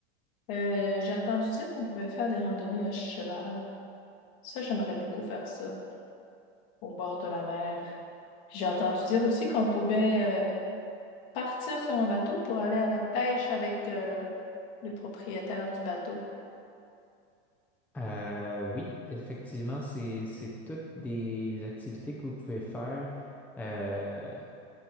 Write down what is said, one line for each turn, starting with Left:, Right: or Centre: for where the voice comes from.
Left: Euh, j'ai entendu dire qu'on pouvait faire des randonnées à cheval. Ça, j'aimerais beaucoup faire ça, au bord de la mer. Puis j'ai entendu dire aussi qu'on pouvait euh, partir sur un bateau pour aller à la pêche avec euh, le propriétaire du bateau.
Centre: Euh, oui, effectivement, c'est, c'est toutes des activités que vous pouvez faire euh,